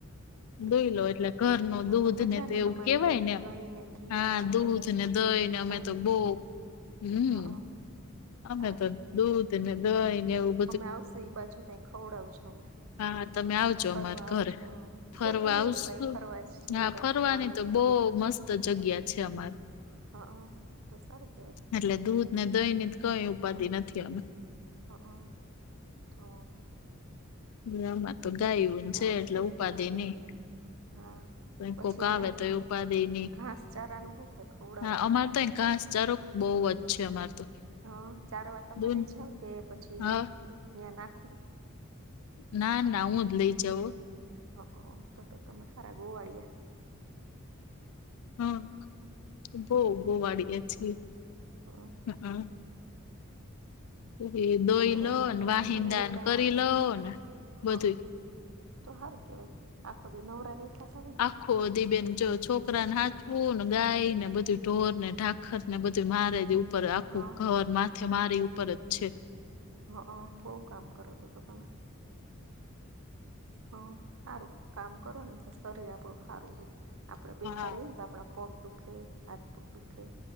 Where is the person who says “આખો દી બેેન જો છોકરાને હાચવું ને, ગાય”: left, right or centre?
Left